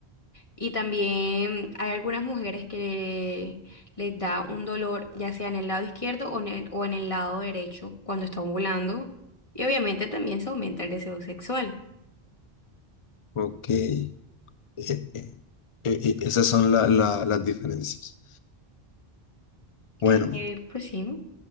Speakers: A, on the left; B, on the left.
A: Y también hay algunas mujeres que les da un dolor, ya sea en el lado izquierdo o en el, o en el lado derecho, cuando está ovulando. Y obviamente también se aumenta el deseo sexual.
B: ok. Eh, eh, eh, eh, esas son la- la- las diferencias. Bueno,
A: Eh, pues sí.